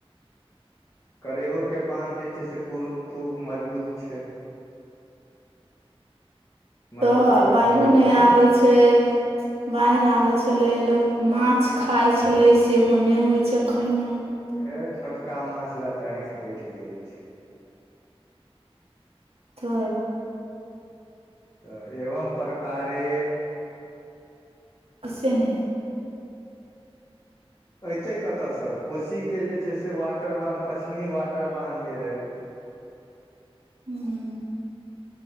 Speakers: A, on the left; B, on the right.
A: करेबो के बान्ह जे छै से पू खूब मजबूत छै। मजबूत
B: त
A: कऽ के
B: बाइढ़ो
A: बनबेलकै
B: नै आबै छै। बाढ़ि आबै छलै, लोक मांछ खाइ छलै सेहो नै होइत छै खैनाइ।
A: ए छोटका मांछ ले त आँखि बैठ गेल छै।
B: त अ‌।
A: तऽ एवं प्रकारे
B: इसेने
A: ऐतै कतऽय सँ? कोशी के जे छै से वाटर बान्ह पश्चिमी वाटर बान्ह जे रहय
B: हूम्म।